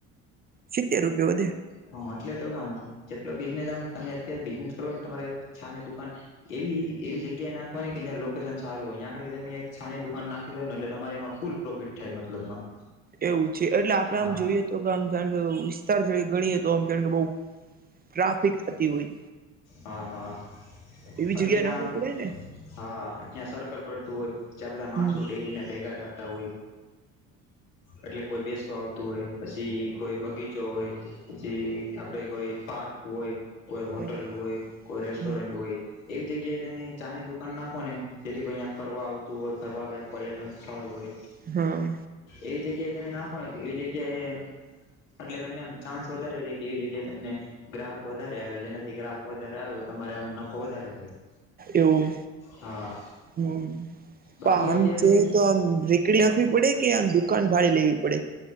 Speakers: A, on the right (about 25°); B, on the left (about 85°).
A: સિત્તેર રૂપિયા વધ
B: હા એટલે તો કામ જેટલો બિઝનેસ આમ તમે અત્યારે બિઝનેસ કરો ને તમારે છા ની દુકાન એવી એવી જગ્યા નાખવાની કે જં લોકેશન સારું હોય ત્યાં ખાલી તમે એક છાની દુકાન નાખી દઉ ને એટલે તમારે એમાં ફૂલ પ્રોફિટ થાય મતલબમાં
A: એવું છે એટલે આપડે આમ
B: હા
A: જોઈએ તો કે આમ જા કે ત ગણીએ તો આમ જાણ કે બહુ ટ્રાફિક થતી હોય.
B: હા હા
A: એવી
B: એટલે
A: જગ્યા
B: જ્યાં
A: નાખવી પડે
B: આમ
A: ને
B: હા ત્યાં સર્કલ પડતું હોય જ્યાં બધા માણસો
A: હમ
B: ડેલીને ભેગા થતા હોય. એટલે કોઈ બેસવા આવતું હોય પછી કોઈ બગીચો હોય. પી આપડે કોઈ પાર્ક હોય, કોઈ હોટલ
A: હમ
B: હોય, કોઈ રેસ્ટોરન્ટ
A: હમ
B: હોય એવી જગ્યાએ તમે ચા ની દુકાન નાખો ને જેથી કોઈ અં ફરવા આવતું હોય ફરલાયક પર્યટન સ્થળ હોય.
A: હા.
B: એવી જગ્યાએ તમે નાખો તો એવી જગ્યા એ એટલે તમને આમ ચાન્સ વધારે ર કે એવી જગ્યાએ તમને ગ્રાહક વધારે આવે જેનાથી ગ્રાહક વધારે આવે તો તમારે આમ નફો વધારે થાય
A: એવું
B: હા
A: હમ્મ
B: બાકી
A: પણ આમ
B: અત્યારે
A: જો તો આમ રીક નાખવી પડે કે આ દુકાન ભાેવી પડે.